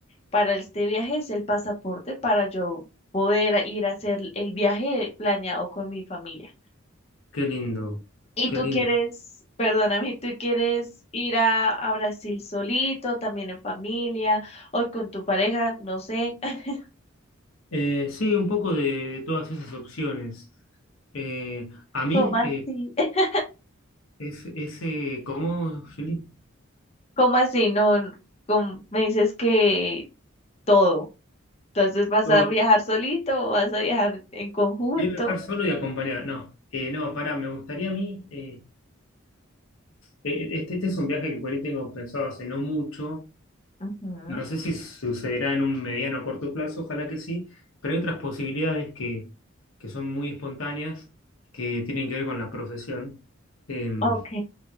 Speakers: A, on the left (about 30°); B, on the left (about 75°).
A: para este viaje es el pasaporte para yo poder ir a hacer el viaje planeado con mi familia.
B: Qué lindo,
A: ¿Y
B: qué
A: tú
B: lindo.
A: quieres, perdóname, tú quieres ir a, a Brasil solito, también en familia, o con tu pareja? No sé. <laughs>
B: Eh, sí, un poco de, de todas esas opciones. Eh, a mí
A: ¿Cómo así?
B: eh,
A: <laughs>
B: es ese, ¿cómo, Juli?
A: ¿Cómo así? No, como me dices que todo. Entonces, ¿vas
B: Yo,
A: a viajar solito o vas a viajar en conjunto?
B: bien viajar solo y acompañar. No, eh, no, para me gustaría a mí, eh, eh, este, este es un viaje que por ahí tengo pensado hace no mucho,
A: Ujú.
B: no sé si sucederá en un mediano o corto plazo, ojalá que sí, pero hay otras posibilidades que, que son muy espontáneas, que tienen que ver con la profesión, em,
A: Ok.